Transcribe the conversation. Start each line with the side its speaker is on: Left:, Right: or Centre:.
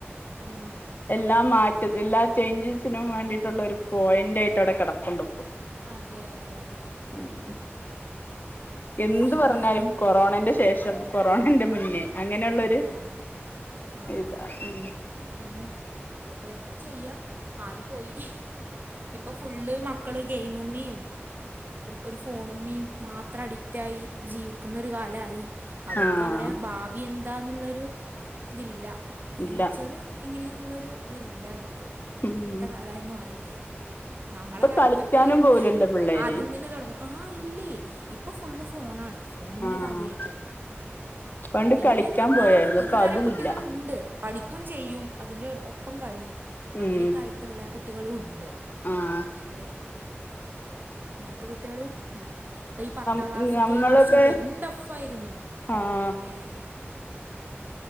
Right: മ്
Left: എല്ലാ മാറ്റ എല്ലാ ചേഞ്ചസിനും വേണ്ടിയിട്ടുള്ള ഒരു പോയിന്റ് ആയിട്ട് അവിടെ കടപ്പുണ്ട് ഇപ്പൊ
Right: അതെ അതെ അതെ
Left: <unintelligible> എന്ത്
Right: പിന്നെ
Left: പറഞ്ഞാലും കൊറോണന്റെ ശേഷം കൊറോണന്റെ മുന്നേ അങ്ങനെയുള്ളെരു
Right: ആഹ് ആഹ്
Left: ഇതാ ഉം
Right: അങ്ങനെയാണ് ഇപ്പത്തെ എന്താ ചെയ്യാ ആയിപ്പോയി ഇപ്പൊ ഫുള്ള് മക്കള് ഗെയിമി മിം ഒരു ഫോണിമ്മീം മാത്രം അഡിക്റ്റായി ജീവിക്കുന്ന ഒരു കാലായി അവർക്ക്
Left: ആഹ്
Right: അവരെ ഭാവി എന്താന്നുള്ളൊരു ഇതില്ല ഫ്യൂച്ചറ്
Left: ഇല്ല
Right: എങ്ങനെയെന്നുള്ളൊരു ഇതില്ല അവർക്ക്
Left: ഉം
Right: ഇങ്ങനത്തെ കാലായി മാറി നമ്മളെ
Left: ഇപ്പൊ
Right: കാലത്തൊക്കെ
Left: കളിക്കാനും പോവൂലല്ലോ പിള്ളേര്
Right: ആദ്യം തന്നെ തുടങ്ങും ആ ഇല്ലേ ഇപ്പം ഫുള്ള് ഫോണാണ് ഫോണിമ്മെ
Left: ആഹ്
Right: കാര്യായിട്ട്
Left: പണ്ട്
Right: പിന്നെ
Left: കളിക്കാൻ
Right: ന്ന് പറഞ്ഞാ
Left: പോയായിരുന്നു
Right: ഒരു
Left: ഇപ്പൊ
Right: തരം
Left: അതുല്ല
Right: കുട്ടികളുണ്ട് പഠിക്കും ചെയ്യും അതിന്റെ ഒപ്പം കളി അങ്ങനെയൊക്കെ
Left: ഉം
Right: ആയിട്ടുള്ള കുട്ടികളും ഉണ്ട്
Left: ആഹ്
Right: പക്ഷേ ഇങ്ങനത്തെ കുട്ടികളും ഉണ്ട് ഇപ്പൊ ഈ പത്താം
Left: നം
Right: ക്ലാസ്സൊക്കെ
Left: നമ്മളൊക്കെ
Right: ഈ വർഷം പെരും ടഫായിരുന്നു
Left: ആഹ്
Right: ഏഹ്